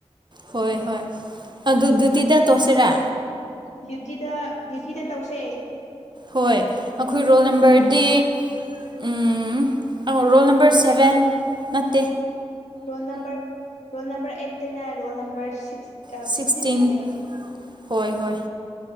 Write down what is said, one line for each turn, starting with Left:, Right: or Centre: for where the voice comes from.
Right: ꯍꯣꯏ ꯍꯣꯏ ꯑꯗꯨ ꯗ꯭ꯌꯨꯇꯤꯗ ꯇꯧꯁꯤꯔꯥ
Left: ꯗ꯭ꯌꯨꯇꯤꯗ ꯗ꯭ꯌꯨꯇꯤꯗ ꯇꯧꯁꯦ
Right: ꯍꯣꯏ ꯑꯩꯈꯣꯏ ꯔꯣꯜ ꯅꯝꯕꯔꯗꯤ ꯎꯝ ꯑꯥ ꯔꯣꯜ ꯅꯝꯕꯔ ꯁꯚꯦꯟ ꯅꯠꯇꯦ
Left: ꯔꯣꯜ ꯅꯝꯕꯔ ꯔꯣꯜ ꯅꯝꯕꯔ ꯑꯩꯠꯇꯩꯅ ꯔꯣꯜ ꯅꯝꯕꯔ ꯁꯤꯛꯁ
Right: ꯁꯤꯛꯁꯇꯤꯟ
Left: ꯐꯤꯐꯇꯤꯟꯕꯨꯛꯅꯦ
Right: ꯍꯣꯏ ꯍꯣꯏ